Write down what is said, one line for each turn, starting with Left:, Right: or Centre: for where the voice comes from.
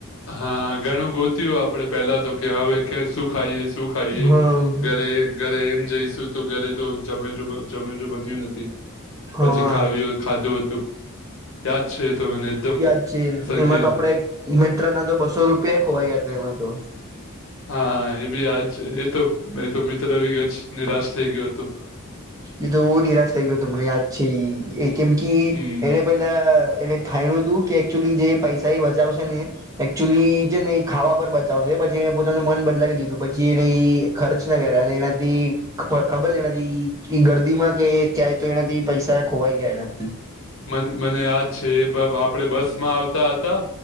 Left: હા, ઘણું ગોત્યું આપડે પેલા તો કે હવે કે શું ખાઈએ શું ખાઈએ
Right: હા
Left: ઘરે ઘરે એમ જઈશું તો ઘરે તો જમેજ જમેજું બન્યું નથી
Right: હા
Left: પછી ખાવ્યું હોય ખાધું હતું. યાદ છે એ તો મને એકદમ
Right: યાદ છે
Left: સરખી
Right: એમાં તો
Left: રીતે
Right: આપડે મિત્ર ના તો બસો રૂપિયા ખોવાઈ ગયા હતા એમાં તો
Left: હા એ બી યાદ છે એ તો એ તો મિત્ર બી નિરાશ થઈ ગયું હતું
Right: એ તો બોજ નિરાશ થઇ ગયો હતો મને યાદ છે એ કેમ કે
Left: હમ
Right: એને પેલા એને થાય રુ દુ એકચુલી જે પૈસા બચાવશે ને એકચુલી જે ને ખાવા ઉપર બચાવશે પછી એને પોતાનું મન બદલાવી દીધું પછી એને ખર્ચ ના કર્યા એનાથી ખબર છે એ એનાથી ગર્દીમાં કે ક્યાય તો એનાથી પૈસા ખોવાઈ ગયા એનાથી
Left: મને મને યાદ છે એ આપડે બસ માં આવતા હતા